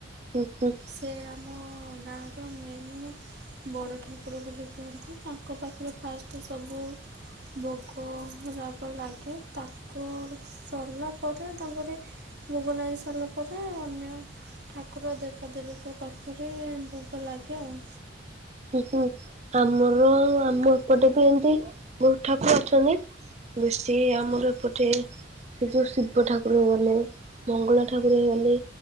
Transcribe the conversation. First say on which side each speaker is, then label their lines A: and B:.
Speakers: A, on the right; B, on the right.
A: ହୁଁ ହୁଁ।
B: ସେ ଆମ ଗାଁର ମେନ୍ ବଡ଼ ଠାକୁର ବୋଲି କୁହନ୍ତି ତାଙ୍କ ପାଖରେ ଫାଷ୍ଟ ସବୁ ବୋଗରାବ ଲାଗି ତାକୁ ସଲା ପରେ ତାଙ୍କରି ଭୋଗ ଲାଗୀ ସାରିଲା ପରେ ଅନ୍ୟ ଠାକୁର ଦେବା ଦେେବୀଙ୍କ ପାଖରେ ଭୋଗ ଲାଗେ ଆଉ।
A: ହୁଁ ହୁଁ ଆମର ଆମ ଏପଟେ ବି ଏମିତି ବହୁତ ଠାକୁର ଅଛନ୍ତି ବେଶୀ ଆମର ଏପଟେ ସେ ଯୋଉ ଶିବ ଠାକୁ କୁର ଗଲେ ମଙ୍ଗଳା ଠାକୁର ଗଲେ